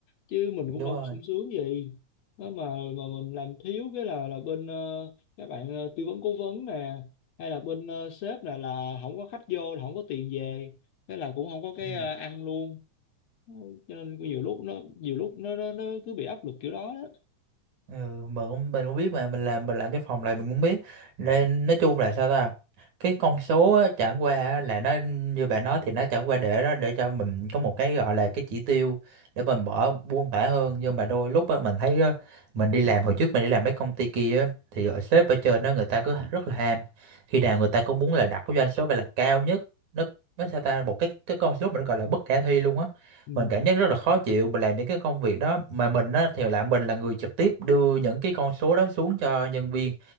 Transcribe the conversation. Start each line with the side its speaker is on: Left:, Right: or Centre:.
Left: chứ mình
Right: Đúng
Left: cũng đâu
Right: rồi.
Left: có sung sướng gì Đó mà mà mình làm thiếu cái là là bên ờ, các bạn ờ, tư vấn cố vấn nè hay là bên ờ, sếp nè là không có khách vô là không có tiền về thế là cũng không có cái
Right: Ừ.
Left: ờ, ăn luôn Ừ, cho nên nhiều lúc nó nhiều lúc nó nó, nó cứ bị áp lực kiểu đó đó
Right: Ừ, mình cũng mình cũng biết mà mình làm mình làm cái phòng này mình cũng biết nên nói chung là sao ta cái con số á, chẳng qua á, là nó như bạn nói thì nó chẳng qua để đó để cho mình có một cái gọi là cái chỉ tiêu để mình bỏ buông thả hơn nhưng mà đôi lúc á, mình thấy á, mình đi làm hồi trước mình đi làm mấy công ty kia á, thì ở sếp ở trên đó người ta cứ rất là ham khi nào người ta cũng muốn là đặt cái doanh số phải là cao nhất nó nó sao ta một cái cái con số mà nó gọi là bất khả thi luôn á
Left: ừ.
Right: mình cảm giác rất là khó chịu mình làm những cái công việc đó mà mình á thì là mình là người trực tiếp đưa những cái con số đó xuống cho nhân viên